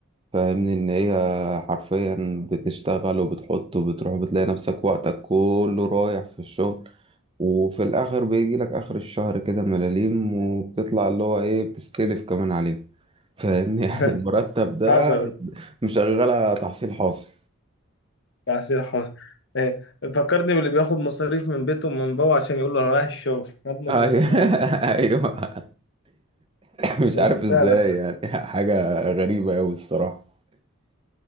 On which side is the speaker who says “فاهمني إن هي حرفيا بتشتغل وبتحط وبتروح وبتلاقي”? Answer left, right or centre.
Right